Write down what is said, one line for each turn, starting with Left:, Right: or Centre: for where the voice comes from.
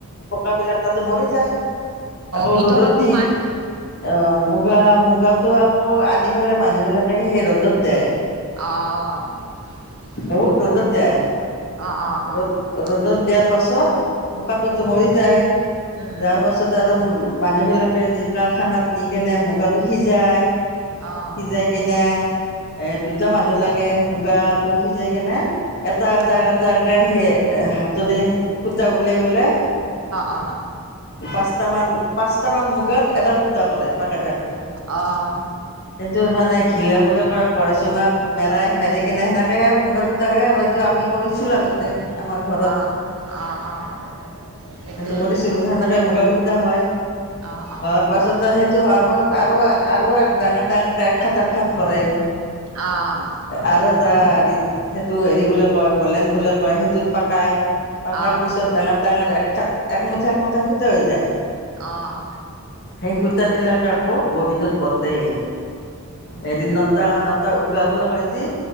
Left: পকাবিলাক তাতে মৰি যায় আকৌ
Right: ভিতৰত
Left: ৰদত দি
Right: সোমাই
Left: অ মুগা মুগাটো আকৌ আনি পেলাই মানুহ বিলাকে সেই ৰ'দত দে
Right: আহ আহ অৱ
Left: বহুত ৰ'দত দিয়ে
Right: অৱ অৱ।
Left: ৰ'দ ৰদত দিয়া। তাৰ পাছত পোকাটোতো মৰি যায়
Right: উম
Left: যাৰ
Right: উম উম
Left: পাছত আৰু উম। মানুহবিলাকে যি কাৰখানাত নি কেনে মুগাটো সিজায়।
Right: অ'
Left: সিজাই
Right: অ'
Left: কেনে এ দুটা মানুহ লাগে। মুগাটো সিজাই কেনে এটা এটা
Right: অ'
Left: এটাকে সেই হাতৰে সূতা ওলাই ওলাই
Right: অ'
Left: পাঁচটা মান পাঁচ তামান মোগাত এডাল সূতা কৰে পাকে পাকে
Right: অ'
Left: সেইটো মানে ঘিলাবলৈ কয় কৰে চুঙাত মেৰাই মেৰি কিনে সেনেক আৰু মুগাৰ সূতা হয় আৰু। সেইটো আমি কৰিছিলো আগতে। ঘৰত
Right: অ' অ' অ' সেইটোৱে
Left: সেইটো কৰিছিলো সেনেকে মুগাৰ সূতা হয়
Right: অ' অ'
Left: হোৱাৰ পাছত সিটো হোৱাৰ পাছত আৰু আৰু ডাঙৰ ডাঙৰকে আক্ষাত আাক্ষাত কৰে
Right: অ' অ'
Left: আৰু এটা সেইটো হেৰি বলে কয় বলেন বলে কয়। সেই পাকাই পাকাৰ
Right: অ' অ'
Left: পিছত ডাঙৰ ডাঙৰ একাত একমুঠা একমুঠা সূতা হৈ যায়।
Right: অ' অ' অ'
Left: সেই সূতাবিলাক আকৌ ববিনত বতে এৰি নটা নটা উঘা বুলি কয় যি